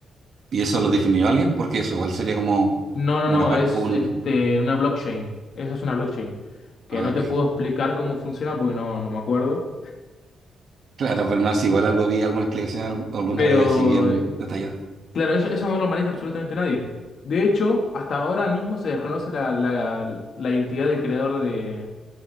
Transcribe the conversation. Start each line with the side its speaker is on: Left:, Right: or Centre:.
Right: ¿Y eso lo definió alguien? Porque eso igual sería como
Left: No, no,
Right: una
Left: no,
Right: parte,
Left: es
Right: un...
Left: este, una blockchain. Eso es una blockchain. Que
Right: Ah,
Left: no
Right: ok.
Left: te
Right: <laughs>
Left: puedo explicar cómo funciona porque no, no me acuerdo.
Right: Claro, pero no, si igual algo vi, alguna explicación al- alguna
Left: Pero,
Right: vez así bien
Left: eh,
Right: detallada.
Left: claro, eso, eso no lo maneja absolutamente nadie. De hecho, hasta ahora mismo se desconoce la, la, la identidad del creador de,